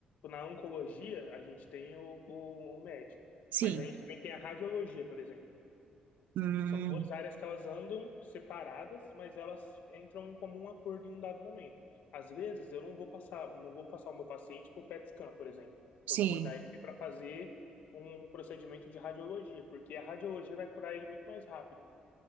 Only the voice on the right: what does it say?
Sim.
Hum,
sim.